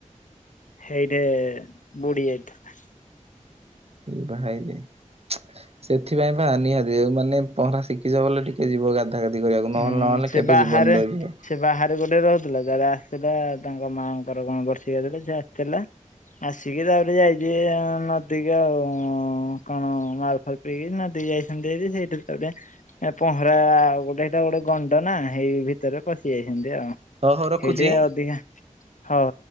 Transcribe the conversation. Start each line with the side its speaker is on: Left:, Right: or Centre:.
Left: ହେଇ ଟେ ମୁଡ଼ିଜାଇଥିଲା।
Right: ଇ ବା ହେଇଯାଏ ସେଥିପାଇଁ ବା ନିହାତି ଆଉ ମାନେ ପହଁରା ଶିଖିଛ ବଲେ ଟିକେ ଯିବ ଗା କତି କରିବାକୁ ନହେଲେ
Left: ହୁଁ
Right: ନହେଲେ
Left: ସେ
Right: କେବେ
Left: ବାହାରେ
Right: ଯିବନିଡର।
Left: ସେ ବାହାରେ ଗୋଟେ ରହୁଥିଲା ତାର ଆସିଥିଲା ତାଙ୍କ ମାଆଙ୍କର କଣ ବର୍ଷିକାଥିଲା ସେ ଆସିଥିଲା ଆସିକି ତାପରେ ଯାଇଛି ନଦୀକୁ ଆଉ କଣ ମାଲଫାଲ ପିଇକି ନଦୀ ଯାଇଛନ୍ତି ଭାରି ସେଇଠି ତାପରେ ପହଁରା ଆଉ ଗୋଟେ ଏଇଟା ଗୋଟେ ଗଣ୍ଡ ନା ହେଇ ଭିତରେ ପଶି ଯାଇଛନ୍ତି। ଉ
Right: ହଉ ହଉ ରଖୁଛି।
Left: ହେଇଟି ଅଧିକା ହଁ।